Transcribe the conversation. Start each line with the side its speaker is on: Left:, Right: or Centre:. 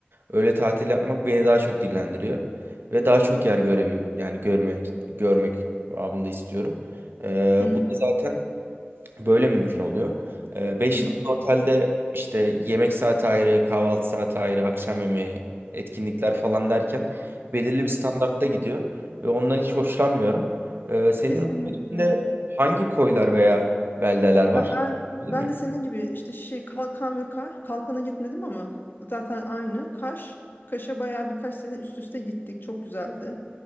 Right: öyle tatil yapmak beni daha çok dillendiriyor. Ve daha çok yer görebil yani görmek, görmek babında istiyorum. Ee,
Left: Hı hı,
Right: bu da zaten Böyle mümkün oluyor. beş
Left: hı hı.
Right: yıldızlı otelde işte yemek saati ayrı, kahvaltı saati ayrı, akşam yemeği, etkinlikler falan derken belirli bir standartta
Left: Evet,
Right: gidiyor ve ondan hiç hoşlanmıyorum. Ee, senin
Left: Kesinlikle.
Right: ülkende hangi koylar veya beldeler var?
Left: Ya ben
Right: Bilir
Left: ben
Right: miyim?
Left: de senin gibi işte şey Kalkan ve Kaş. Kalkan'a gitmedim ama zaten aynı. Kaş. Kaş'a bayağı birkaç sene üst üste gittik. Çok güzeldi.